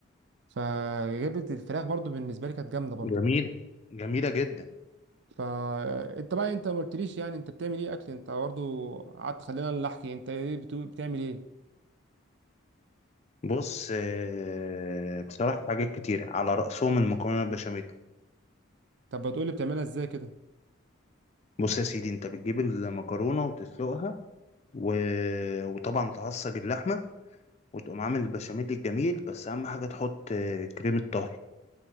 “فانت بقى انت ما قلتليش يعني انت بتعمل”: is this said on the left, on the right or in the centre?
Right